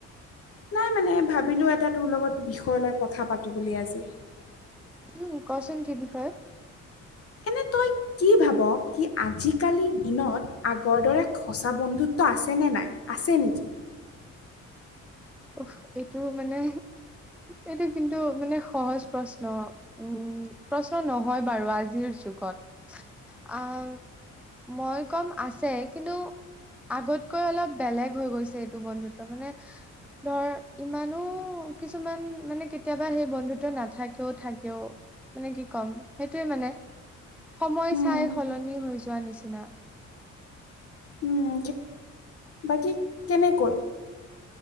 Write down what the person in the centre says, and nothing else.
উ কচোন কি বিষয়ত।
উফ এইটো মানে এইটো কিন্তু মানে সহজ প্ৰশ্ন। উম প্ৰশ্ন নহয় বাৰু আজিৰ যুগত আহ মই কম আছে কিন্তু আগতকৈ অলপ বেলেগ হৈ গৈছে এইটো বন্ধুত্ব মানে। ধৰ ইমানো কিছুমান মানে কেতিয়াবা সেই বন্ধুত্ব নাথাকেও থাকেও। মানে কি ক'ম সেইটোয়ে মানে। সময়
চাই সলনি হৈ যোৱা নিচিনা।